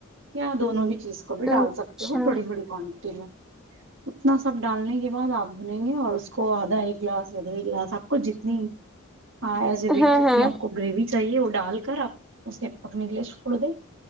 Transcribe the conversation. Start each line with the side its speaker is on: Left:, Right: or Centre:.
Right: یا دونوں بھی چیز کو بھی
Centre: ہوں
Right: ڈال
Centre: اچھا
Right: سکتے ہو تھوڑی تھوڑی کوانٹٹی میں اتنا سب ڈالنے کے بعد آپ بھنے گے اور اس کو آدھا ایک گلاس یا دو گلاس آپ کو جتنی ہاں ایس یور وش
Centre: ہاں
Right: جتنی
Centre: ہاں
Right: آپ کو گریوی چاہیے وہ ڈال کر آپ اسے پکنے کے لیےچھوڑ دے